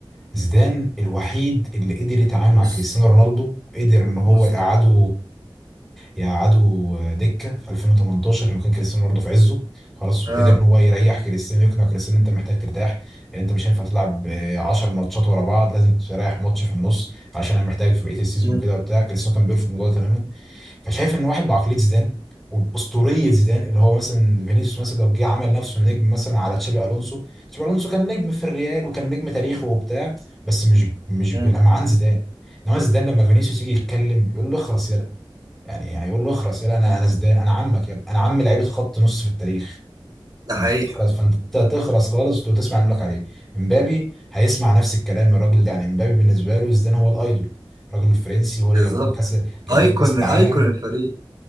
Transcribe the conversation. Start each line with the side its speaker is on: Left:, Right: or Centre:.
Centre: زيدان الوحيد اللي قدر يتعامل
Right: نص
Centre: مع كريستيانو رونالدو وقدر ان هو
Right: نص
Centre: يقعده يقعده دكه في 2018 لما كان كريستيانو رونالدو في عزه خلاص
Right: اه
Centre: وقدر ان هو يريح كريستيانو يقنع كريستيانو إن انت محتاج ترتاح انت مش هينفع تلعب 10 ماتشات ورا بعض لازم تريح ماتش في النص عشان انا محتاج في بقيه السيزون
Right: مم،
Centre: وكده وبتاع كريستيانو كان بيرفض الموضوع ده تماما فشايف ان واحد بعقليه زيدان وباسطوريه زيدان اللي هو مثلا فينيسيوس مثلا لو جه عمل نفسه نجم مثلا على تشابي الونسو تشابي الونسو كان نجم في الريال وكان نجم تاريخه وبتاع بس مش مش
Right: مم.
Centre: بلمعان زيدان انما زيدان لما فينيسيوس يجي يتكلم يقول له اخرس يلا يعني هيقول له اخرس يلا انا انا زيدان انا عمك يا ابني انا عم لعيبه خط نص في التاريخ
Right: ده
Centre: فانت
Right: حقيقي
Centre: تخرس فانت تخرس خالص وتسمع اللي لك عليه امبابي هيسمع نفس الكلام الراجل ده يعني امبابي بالنسبه له زيدان هو الايدول الراجل الفرنسي هو اللي
Right: بالظبط
Centre: جاب لهم كاس جاب
Right: ايكون
Centre: لهم كاس العالم
Right: ايكون الفريق